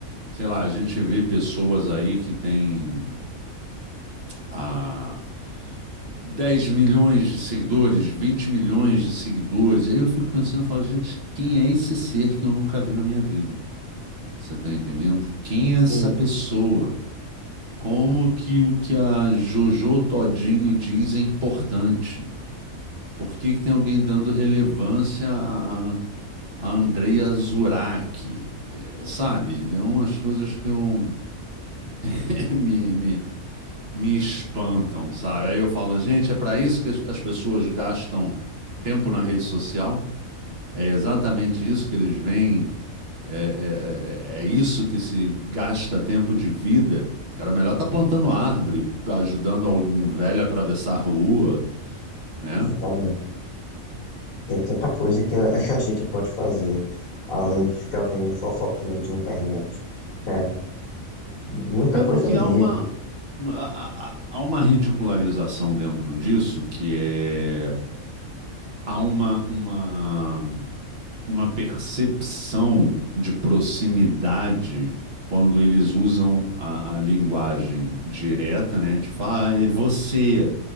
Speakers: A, on the right; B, on the left.
A: sei lá, a gente vê pessoas aí que têm ah, dez milhões de seguidores, vinte milhões de seguidores. Aí eu fico pensando, eu falo, gente, quem é esse ser que eu nunca vi na minha vida? Você tá entendendo? Quem é essa
B: Hum,
A: pessoa? Como que o que a Jojo Todinho diz é importante? Por que que tem alguém dando relevância a, a, a Andrea Zurak? É, Sabe? É umas coisas que eu, <laughs> me, me, me espantam, sabe? Aí eu falo, gente, é para isso que as as pessoas gastam tempo na rede social? É exatamente isso que eles veem? É, é, é, é isso que se gasta tempo de vida? Cara, melhor tá plantando árvore, ajudando algum velho a atravessar a rua, né?
B: <laughs> Exatamente. Tem tanta coisa que a, <laughs> que a gente pode fazer, além de ficar vendo fofoquinha de internet. Sério, muita
A: É
B: coisa
A: porque
B: mesmo,
A: há uma, há, há- há uma ridicularização dentro disso que é há uma, uma, uma percepção de proximidade quando eles usam a, a linguagem direta, né? Tipo, ah, é você.